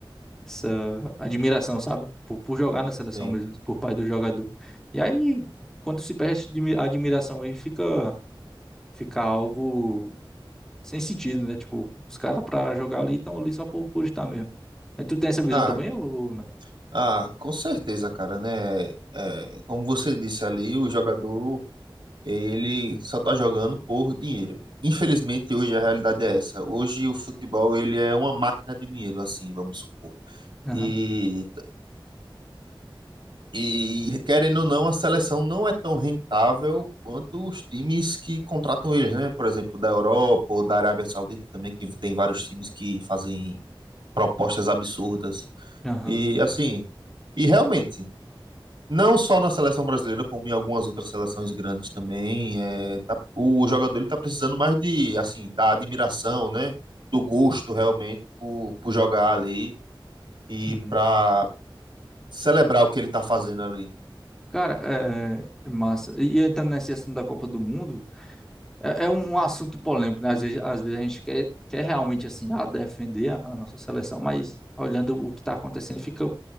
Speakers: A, in the centre; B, on the right.
A: essa admiração, sabe? Por, por jogar na seleção
B: sim.
A: mesmo, por parte do jogador. E aí, quando se perde essa admi- admiração aí, fica, fica algo. sem sentido, né? Tipo, os caras pra jogar ali estão ali só por, por estar mesmo. Aí tu tem essa visão
B: Ah,
A: também ou não?
B: ah, com certeza, cara, né? É, como você disse ali, o jogador ele só está jogando por dinheiro. Infelizmente, hoje a realidade é essa. Hoje o futebol ele é uma máquina de dinheiro, assim, vamos supor.
A: Aham,
B: E, e querendo ou não, a seleção não é tão rentável quanto os times que contratam eles, né? Por exemplo, da Europa ou da Arábia Saudita também, que tem vários times que fazem propostas absurdas.
A: aham.
B: E assim, e realmente, Não só na seleção brasileira, como em algumas outras seleções grandes também, é, tá- o jogador ele tá precisando mais de, assim, da admiração, né? Do gosto realmente por, por jogar ali e
A: uhum.
B: para celebrar o que ele tá fazendo ali.
A: Cara, é, é massa. E e entrando nesse assunto da Copa do Mundo, é, é um um assunto polêmico, né? Às vezes, às vezes a gente quer, quer realmente, assim, ah, defender a, a nossa seleção, mas olhando o que tá acontecendo, fica